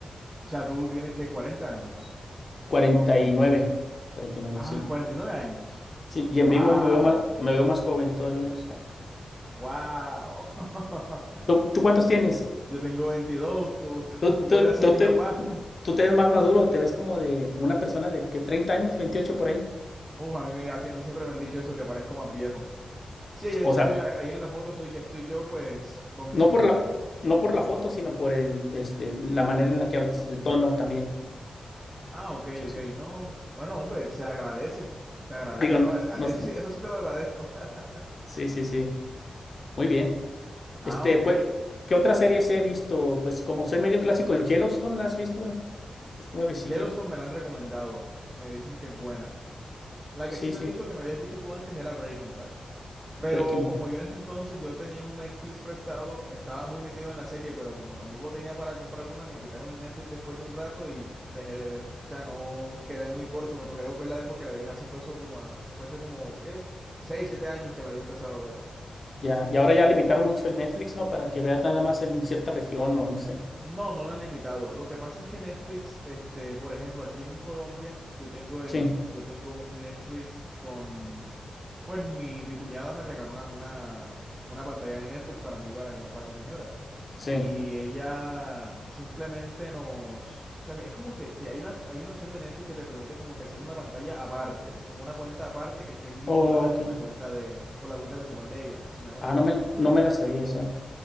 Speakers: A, on the right; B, on the left.
A: O sea, tú tienes que 40 años.
B: cuarenta cuarenta
A: Más o menos.
B: y nueve cuarenta y nueve
A: Ah,
B: sí.
A: 49 años.
B: Sí, y
A: Wow.
B: en vivo me veo más, me veo más joven todavía.
A: Wow. <laughs>
B: <laughs> ¿Tú, tú cuántos tienes?
A: Yo tengo veintidós. tú, tú, <laughs>
B: Tú,
A: tú
B: tú,
A: podrías ser
B: tú
A: mi
B: te,
A: papá.
B: tú te ves más maduro, te ves como de, como una persona de que 30 años, 28 por ahí.
A: <laughs> Uf, a mí, me, así- a mí siempre me han dicho eso, que parezco más viejo. Sí, de
B: O
A: hecho
B: sea,
A: estoy a- ahí en la foto, soy, ya estoy yo pues con mi
B: no
A: señora.
B: por la, no por la foto, sino por el, este, la manera en la que hablas, el tono también.
A: Ah, ok,
B: Sí,
A: ok,
B: sí.
A: no. Bueno, hombre, se agradece, se agradece,
B: Digo, no,
A: ¿no? A- a-
B: no,
A: Eso sí, eso sí te lo agradezco. <laughs>
B: sí, sí, sí. Muy bien.
A: Ah,
B: Este,
A: ok.
B: pues, ¿qué otras series he visto? Pues como soy medio clásico, Yellowstone la has visto, es nuevecilla.
A: Yellowstone me la han recomendado, me dicen que es buena. La
B: Sí,
A: que sí me
B: sí,
A: he visto que me habías dicho tú antes era Breaking Bad. Pero
B: Breaking Bad.
A: como yo en ese entonces yo tenía un Netflix prestado, estaba muy metido en la serie, pero como tampoco tenía para comprar una, me quitaron el Netflix después de un rato y dejé de ver. O sea, no quedé muy corto, me tocaría volverla a ver porque la vi hace fue eso como a, puede ser como, ¿qué? Seis, siete años que la había empezado a ver.
B: Ya, y ahora ya limitaron mucho el Netflix, ¿no? Para que veas nada más en cierta región o no sé.
A: No, no lo han limitado. Lo que pasa es que Netflix, este, por ejemplo, aquí en Colombia, yo tengo el,
B: Sí,
A: yo tengo un Netflix con, pues mi, mi cuñada me regaló una, una, una pantalla de Netflix para mí, para, para mi señora.
B: sí.
A: Y ella simplemente nos, o sea, es como que te, hay una, hay una opción de Netflix que te permite como que hacer una pantalla aparte, como una cuenta aparte que esté vinculada
B: ok.
A: con la cuenta de, con la cuenta principal de ella, si me hago
B: Ah,
A: entender.
B: no me, no me la sabía esa.